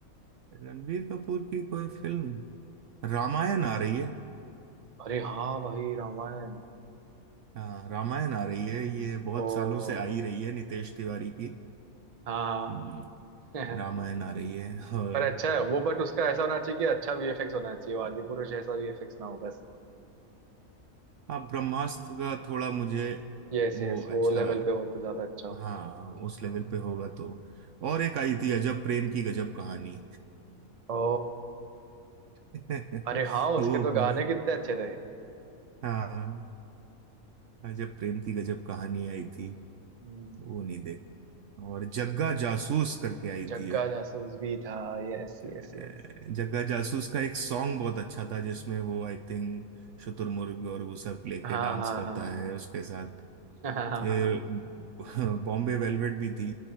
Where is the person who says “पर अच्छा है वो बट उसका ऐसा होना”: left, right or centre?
Right